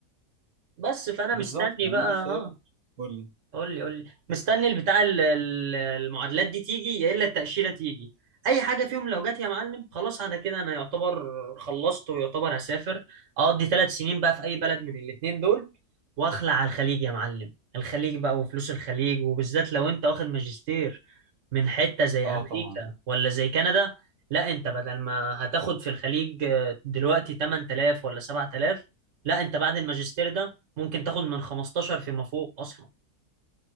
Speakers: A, on the right; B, on the right.
A: بس فانا
B: بالظبط
A: مستني
B: يعني
A: بقى
B: انا شايف
A: اه
B: قول لي
A: قول لي قول لي مستني البتاع ال- ال- المعادلات دي تيجي يا الا التأشيرة تيجي اي حاجة فيهم لو جت يا معلم خلاص على كده انا يعتبر خلصت ويعتبر هسافر اقضي ثلاث سنين بقى في اي بلد من الاتنين دول واخلع على الخليج يا معلم الخليج بقى وفلوس الخليج وبالذات لو انت واخد ماجستير من حتة زي
B: اه
A: امريكا
B: طبعا
A: ولا زي كندا لا انت بدل ما هتاخد في الخليج آه، دلوقتي 8000 ولا 7000 لا انت بعد الماجستير ده ممكن تاخد من 15 فيما فوق اصلا